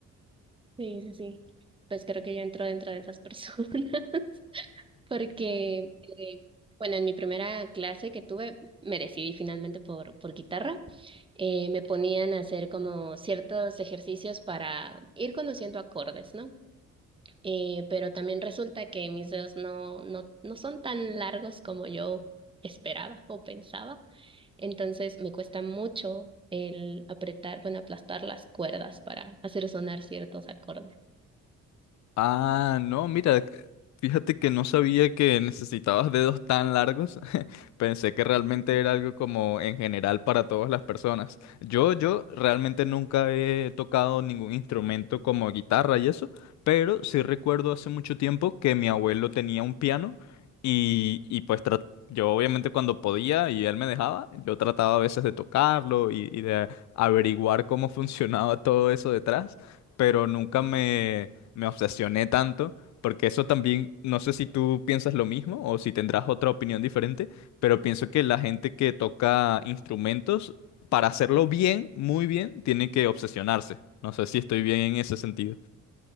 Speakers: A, on the right; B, on the left.
A: Sí, sí, sí. Pues creo que yo entro dentro de esas personas. <laughs> Porque, eh, bueno, en mi primera clase que tuve, me decidí finalmente por, por guitarra. eh, me ponían a hacer como ciertos ejercicios para ir conociendo acordes, ¿no? Eh, pero también resulta que mis dedos no, no, no son tan largos como yo esperaba o pensaba. Entonces me cuesta mucho el apretar, bueno, aplastar las cuerdas para hacer sonar ciertos acordes.
B: Ah, no, mira, fíjate que no sabía que necesitabas dedos tan largos. <laughs> Pensé que realmente era algo como en general para todas las personas. Yo, yo realmente nunca he tocado ningún instrumento como guitarra y eso, pero sí recuerdo hace mucho tiempo que mi abuelo tenía un piano y, y pues tra- yo obviamente cuando podía y él me dejaba, yo trataba a veces de tocarlo y y de averiguar cómo <laughs> funcionaba todo eso detrás, pero nunca me me obsesioné tanto, porque eso también, no sé si tú piensas lo mismo o si tendrás otra opinión diferente, pero pienso que la gente que toca instrumentos, para hacerlo bien, muy bien, tiene que obsesionarse. No sé si estoy bien en ese sentido.